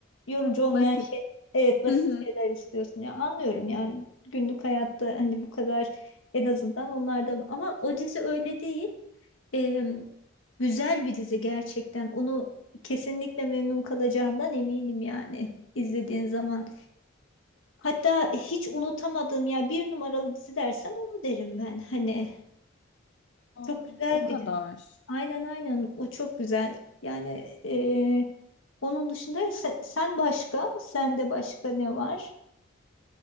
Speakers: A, on the left; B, on the left.
A: yorucu olmayan
B: Basit.
A: şey. Evet basit
B: Hı hı.
A: şeyler istiyorsun ya anlıyorum ya günlük hayatta hani bu kadar en azından onlarda ama o dizi öyle değil. E, güzel bir dizi gerçekten onu kesinlikle memnun kalacağından eminim yani izlediğin zaman. Hatta hiç unutamadığım ya bir numaralı dizi dersen onu derim ben. Hani
B: Aa,
A: çok güzel
B: o kadar.
A: bir dizi. Aynen aynen o çok güzel. Yani e, onun dışında se- sen, başka, sende başka ne var?